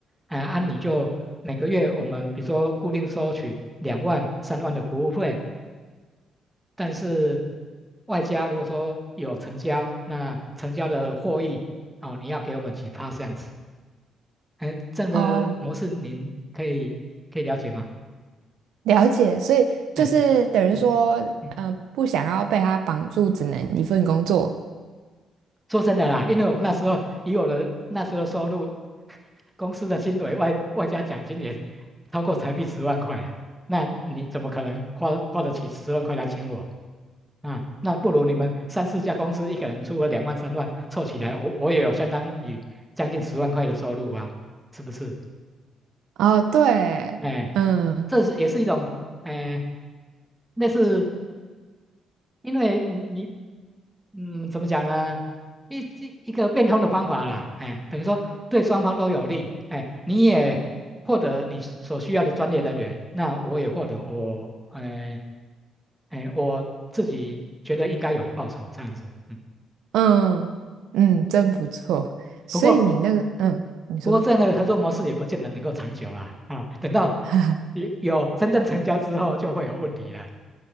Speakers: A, in the centre; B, on the right.
A: 哎、按你就每个月我们比如说固定收取两万、三万的服务费，但是外加如果说有成交，那成交的获益哦，你要给我们几趴这样子。哎，这样的模式您可以可以了解吗？
B: 哦，了解。所以就是等于说，
A: 哎，嗯嗯。
B: 嗯，不想要被他绑住，只能一份工作。
A: 说真的啦，因为我们那时候以我的那时候的收入，<laughs> 公司的薪水外外加奖金也是超过台币十万块啊，那你怎么可能花花得起十万块来请我啊？那不如你们三四家公司一个人出个两万三万凑起来，我我也有相当于将近十万块的收入啊，是不是？
B: 哦，对，
A: 哎，
B: 嗯
A: 这是也是一种哎类似因为嗯你嗯怎么讲呢？一一一个变通的方法啦，哎，等于说对双方都有利，哎，你也获得你所需要的专业人员，那我也获得我哎哎我自己觉得应该有的报酬，这样子。嗯，
B: 嗯嗯，真不错。所以你那个，
A: 不过
B: 嗯，你说，
A: 不过这样的合作模式也不见得能够长久啦，啊，等到
B: <laughs>
A: 有有真正成交之后就会有问题了，